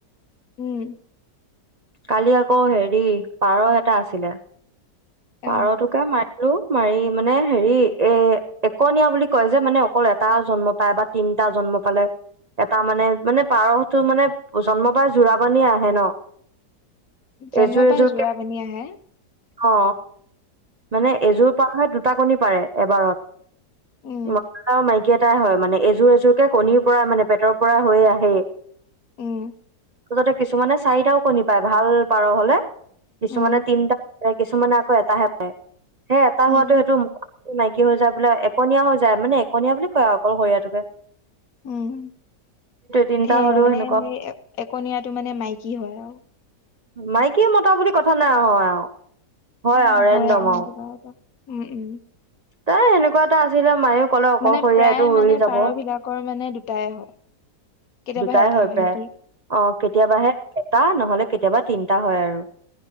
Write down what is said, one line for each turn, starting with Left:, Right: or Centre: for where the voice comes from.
Left: উম
Right: কালি আকৌ হেৰি পাৰ এটা আছিলে
Left: অ
Right: পাৰটোকে মাৰি আৰু মাৰি মানে হেৰি এ একনীয়া বুলি কয় যে মানে অকল এটা জন্ম পায় বা তিন টা জন্ম পালে। এটা মানে মানে পাৰটো মানে জন্ম পায় জোৰা বান্ধিয়ে আহে ন।
Left: জন্ম
Right: এযোৰ
Left: পাই
Right: এযোৰকে
Left: যোৰাবনি আহে?
Right: অ। মানে এযোৰ পাৰ দুটা কণী পাৰে এবাৰত।
Left: উম
Right: মতাও মাইকী। কেইটাই হয় মানে, এযোৰ এযোৰকে কণীৰ পৰা মানে পেটৰ পৰা হৈয়ে আহেই।
Left: উম
Right: ততে কিছুমানে চাৰিটাও কণী পায় ভাল পাৰ হলে। কিছুমানে
Left: উম
Right: তিনটা। এ কিছুমানে আকৌ এটাহে পায় সেই এটা
Left: উম
Right: হোৱাটো সেইটো মাইকী হৈ যায় বোলে একনীয়া হৈ যায় মানে এককনীয়া বুলি কয় আৰু অকল সৰিয়টোকে।
Left: উম।
Right: তিনিটা
Left: সেই
Right: হলেও
Left: মানে
Right: সেনেকুৱা
Left: সেই একনীয়াটো মানে মাইকী হয় আৱ।
Right: মাইকী মটা বুলি কথা নাই আহ আৰু
Left: উম
Right: আৰু ৰেণ্ডম
Left: হয় আৱ
Right: আৰু।
Left: কিবা এটা। উম উম।
Right: তাই এনেকুৱা এটা আছিলে মায়েও কলে অকলশৰীয়া
Left: মানে প্ৰায়
Right: এইটো উৰি
Left: মানে
Right: যাব
Left: পাৰ
Right: অ
Left: বিলাকৰ মানে দুটাই হয় কেতিয়াবাহে
Right: দুটাই
Left: এটা
Right: হয় প্ৰায়
Left: নেকি
Right: অ কেতিয়াবাহে এটা নহলে কেতিয়াবা তিন- টা হয় আৰু